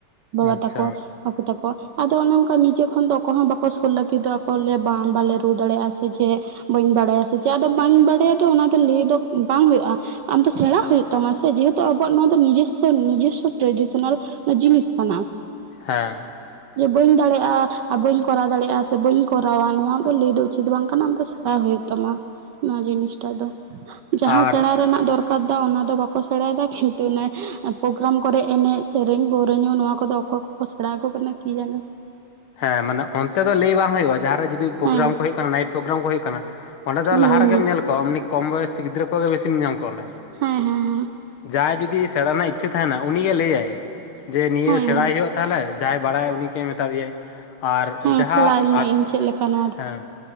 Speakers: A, on the right; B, on the left.
A: ᱵᱟᱵᱟ
B: ᱟᱪᱪᱷᱟ
A: ᱛᱟᱠᱚ ᱠᱟᱠᱩ ᱛᱟᱠᱚ ᱟᱫᱚ ᱚᱱ ᱱᱤᱡᱚ ᱠᱷᱚᱱ ᱫᱚ ᱟᱠᱚ ᱦᱚᱸ ᱵᱟᱠᱚ ᱥᱩᱨ ᱞᱟᱹᱜᱤᱫᱚᱜ ᱟᱠ ᱠᱚ ᱞᱮᱭᱟ ᱵᱟᱝ ᱵᱟᱞᱮ ᱨᱩ ᱫᱟᱲᱮᱭᱟᱜᱼᱟ ᱥᱮ ᱪᱮᱫ ᱵᱟᱹᱧ ᱵᱟᱲᱟᱭᱟ ᱥᱮ ᱪᱮᱫᱫᱚ ᱵᱟᱹᱧ ᱵᱟᱲᱟᱭᱟ ᱚᱱᱟ ᱫᱚ ᱞᱟᱹᱭ ᱫᱚ ᱵᱟᱝ ᱦᱩᱭᱩᱜᱼᱟ ᱟᱢᱫᱚ ᱥᱮᱬᱟ ᱦᱩᱭᱩᱜ ᱛᱟᱢᱟ ᱥᱮ ᱡᱮᱦᱮᱛᱩ ᱟᱵᱚᱣᱟᱜ ᱱᱚᱣᱟ ᱫᱚ ᱱᱤᱡᱮᱥᱥᱚ ᱱᱤᱡᱮᱥᱥᱚ ᱴᱨᱮᱰᱤᱥᱚᱱᱟᱞ ᱡᱤᱱᱤᱥ ᱠᱟᱱᱟ᱾
B: ᱦᱮᱸ
A: ᱡᱮ ᱵᱟᱹᱧ ᱫᱟᱲᱮᱭᱟᱜᱼᱟ ᱵᱟ. ᱧ ᱠᱚᱨᱟᱣ ᱫᱟᱲᱮᱭᱟᱜᱼᱟ ᱥᱮ ᱵᱟᱹᱧ ᱠᱚᱨᱟᱣᱟ ᱱᱚᱣᱟ ᱫᱚ ᱞᱟᱹᱭ ᱫᱚ ᱩᱪᱤᱛ ᱵᱟᱝ ᱠᱟᱱᱟ ᱟᱢ ᱫᱚ ᱥᱮᱬᱟ ᱦᱩᱭᱩᱜ ᱛᱟᱢᱟ᱾ ᱱᱚᱣᱟ ᱡᱤᱱᱤᱥᱴᱟᱜ ᱫᱚ ᱡᱟᱦᱟᱸ
B: ᱟᱨ
A: ᱥᱮᱬᱟ ᱨᱮᱱᱟᱜ ᱫᱚᱨᱠᱟᱨ ᱟᱠᱟᱫᱟ ᱚᱱᱟ ᱫᱚ ᱵᱟᱠᱚ ᱥᱮᱬᱟᱭᱮᱫᱟ ᱠᱤᱱᱛᱩ ᱚᱱᱟ ᱯᱨᱳᱜᱨᱟᱢ ᱠᱚᱨᱮ ᱮᱱᱮᱡ ᱥᱮᱨᱮᱧ ᱯᱟᱨᱩᱭᱟ. ᱧᱩ ᱱᱚᱣᱟ ᱠᱚᱫᱚ ᱚᱠᱚᱭ ᱠᱚᱠᱚ ᱥᱮᱬᱟ ᱟᱠᱜᱩ ᱠᱟᱱᱟ ᱠᱤ ᱡᱟᱱᱤ
B: ᱦᱮᱸ ᱢᱟᱱᱮ ᱚᱱᱛᱮ ᱫᱚ ᱞᱟᱹᱭ ᱵᱟᱝ ᱦᱩᱭᱩᱜᱼᱟ ᱡᱟᱦᱟᱸᱨᱮ ᱡᱩᱫᱤ ᱯᱨᱳᱜᱨᱟᱢ
A: ᱦᱮᱸ
B: ᱠᱚ ᱦᱩᱭᱩᱜ ᱠᱟᱱᱟ ᱱᱟᱭᱤᱴ ᱯᱨᱳᱜᱨᱟᱢ ᱠᱚ ᱦᱩᱭᱩᱜ ᱠᱟᱱᱟ ᱚᱸᱰᱮ ᱫᱚ
A: ᱦᱩᱸ
B: ᱞᱟᱦᱟ ᱨᱮᱜᱮ
A: ᱦᱩᱸ
B: ᱧᱮᱞ ᱠᱚᱣᱟ ᱮᱢ ᱩᱱᱤᱤ ᱠᱚᱢ ᱵᱚᱭᱮᱥ ᱜᱤᱫᱽᱨᱟᱹ ᱠᱚᱜᱮ ᱵᱤᱥᱤᱢ ᱧᱟᱢ ᱠᱚᱣᱟ ᱚᱸᱰᱮ
A: ᱦᱮᱸ ᱦᱮᱸ ᱦᱮᱸ
B: ᱡᱟᱦᱟᱸᱭ ᱡᱩᱫᱤ ᱥᱮᱬᱟ ᱨᱮᱱᱟᱜ ᱤᱪᱪᱷᱟᱹ ᱛᱟᱦᱮᱱᱟ, ᱩᱱᱤ ᱡᱮ ᱞᱟᱹᱭᱟᱭ ᱡᱮ ᱱᱤᱭᱟᱹ
A: ᱦᱮᱸ
B: ᱥᱮᱬᱟᱭ
A: ᱦᱮᱸ
B: ᱦᱩᱭᱩᱜ ᱛᱟᱦᱚᱞᱮ ᱡᱟᱦᱟᱸᱟᱭ ᱵᱟᱲᱟᱭᱟ ᱩᱱᱤ ᱜᱮ ᱢᱮᱛᱟ ᱫᱮᱭᱟᱭ ᱟᱨ
A: ᱦᱮᱸ
B: ᱡᱟᱦᱟᱸ
A: ᱥᱮᱬᱟᱧ ᱢᱮ
B: ᱟᱨ
A: ᱤᱧ ᱪᱮᱫ ᱞᱮᱠᱟ ᱱᱚᱣᱟ ᱫᱚ
B: ‌ᱦᱮᱸ